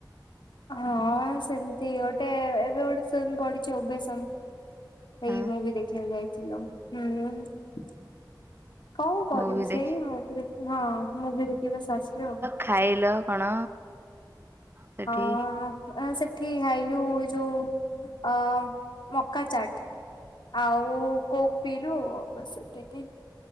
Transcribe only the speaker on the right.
ହଁ
ମୁଭି ଦେଖି
ଖାଇଲ କଣ? ସେଠି